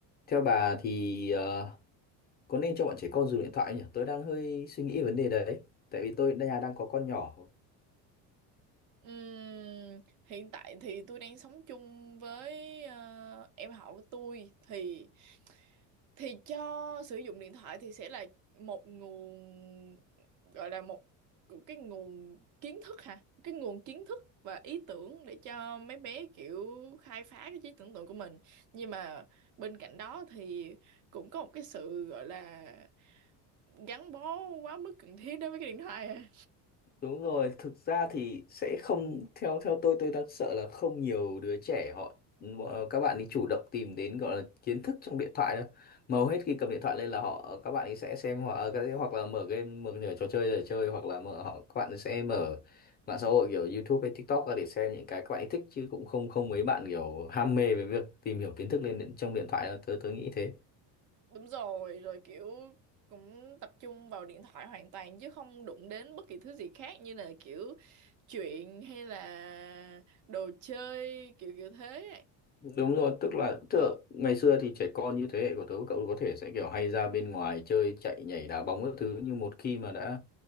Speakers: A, on the left; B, on the right.
A: Theo bà thì ờ, có nên cho bọn trẻ con dùng điện thoại nhỉ? Tôi đang hơi suy nghĩ về vấn đề đấy. Tại vì tôi nhà đang có con nhỏ
B: Ừm, hiện tại thì tôi đang sống chung với ờ, em họ của tôi thì thì cho sử dụng điện thoại thì sẽ là một nguồn gọi là một cái nguồn kiến thức hả cái nguồn kiến thức và ý tưởng để cho mấy bé kiểu khai phá cái trí tưởng tượng của mình nhưng mà bên cạnh đó thì cũng có một cái sự gọi là gắn bó quá mức cần thiết đối với cái điện thoại à.
A: Đúng rồi, thực ra thì sẽ không theo theo tôi tôi đang sợ là không nhiều đứa trẻ họ bọn- các bạn ấy chủ động tìm đến gọi là kiến thức trong điện thoại đâu. Mà hầu hết khi cầm điện thoại lên là họ các bạn ấy sẽ xem hoặc hoặc là mở game mở nửa trò chơi để chơi hoặc là mở họ các bạn ấy sẽ mở mạng xã hội kiểu YouTube hay TikTok ra để xem những cái các bạn ấy thích chứ cũng không không mấy bạn kiểu ham mê với việc tìm hiểu kiến thức lên điện- trong điện thoại đâu. Tớ tớ nghĩ thế.
B: đúng rồi rồi kiểu cũng tập trung vào điện thoại hoàn toàn chứ không đụng đến bất kỳ thứ gì khác như là kiểu chuyện hay là đồ chơi kiểu kiểu thế
A: Đúng rồi, tức là tức
B: Ờ,
A: là ngày xưa thì trẻ con như thế hệ của tớ với cậu có thể sẽ kiểu hay ra bên ngoài chơi chạy nhảy đá bóng các thứ nhưng một khi mà đã